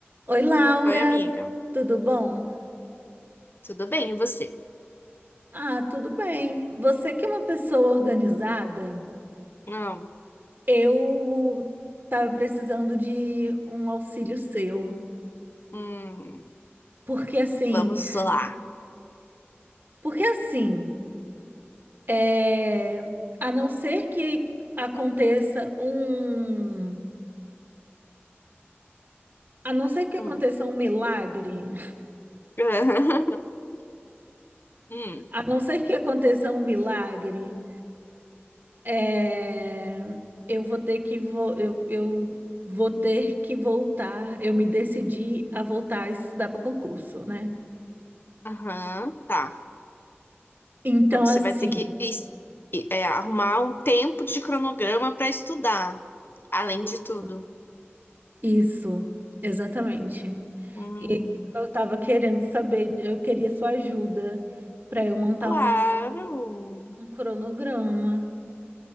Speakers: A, on the right (about 50°); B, on the left (about 55°).
A: Oi, Laura,
B: Oi, amiga.
A: t- tudo bom?
B: Tudo bem, e você?
A: Ah, tudo bem. Você que é uma pessoa organizada,
B: Não.
A: eu tava precisando de um auxílio seu.
B: Hum,
A: Porque assim,
B: vamos lá.
A: porque assim, é, a não ser que aconteça um, a não ser que
B: Hum.
A: aconteça um milagre, <laughs>
B: <laughs> Hum.
A: a não ser que aconteça um milagre É, eu vou ter que vo- eu, eu vou ter que voltar. Eu me decidi a voltar a estudar para concurso, né?
B: Aham, tá.
A: Então,
B: Então você
A: assim,
B: vai ter que es- e- é, arrumar um tempo de cronograma para estudar, além
A: isso,
B: de tudo.
A: isso, exatamente.
B: Hum,
A: E eu estava querendo saber, eu queria sua ajuda para eu montar
B: claro.
A: um, um cronograma.